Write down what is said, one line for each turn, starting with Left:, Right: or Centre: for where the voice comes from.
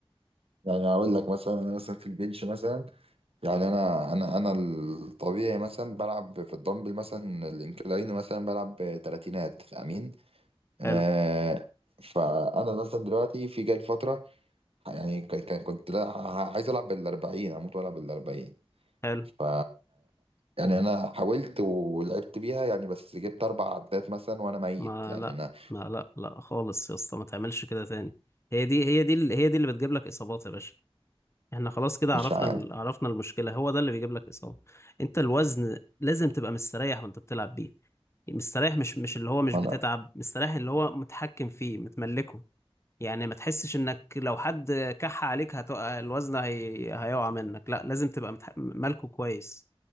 Right: يعني اقول لك مثلا انا مثلا في البنش مثلا يعني انا انا انا الطبيعي مثلا بلعب في الدمبل مثلا الانكلاين مثلا بلعب تلاتينات امين آه
Left: حلو
Right: فانا مثلا دلوقتي في جاي فتره يعني ك- ك- كنت لا ع- عايز العب بالاربعين اموت والعب بالاربعين
Left: حلو
Right: ف يعني انا حاولت ولعبت بيها يعني بس جبت اربع عدات مثلا وانا ميت
Left: ما
Right: يعني
Left: لا
Right: انا
Left: ما لا لا خالص يا اسطى ما تعملش كده تاني هي دي هي دي ال- هي دي اللي بتجيب لك اصابات يا باشا احنا خلاص كده
Right: مش
Left: عرفنا
Right: عارف
Left: ال... عرفنا المشكله هو ده اللي بيجيب لك اصابه انت الوزن لازم تبقى مستريح وانت بتلعب بيه مستريح مش مش اللي هو مش
Right: ما
Left: بتتعب مستريح اللي هو متحكم فيه متملكه يعني ما تحسش انك لو حد كح عليك هتقع الوزن هي... هيقع منك لا لازم تبقى متح... مالكه كويس